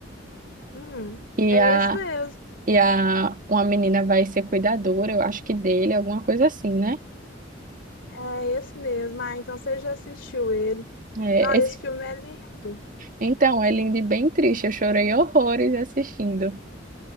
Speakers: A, on the left; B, on the right.
A: Hum,
B: E
A: é
B: a,
A: esse mesmo.
B: e a uma menina vai ser cuidadora, eu acho que dele, alguma coisa assim, né?
A: É esse mesmo. Ah, então você já assistiu ele.
B: É,
A: Não, esse
B: esse-
A: filme é lindo.
B: então, é lindo e bem triste. Eu chorei horrores assistindo.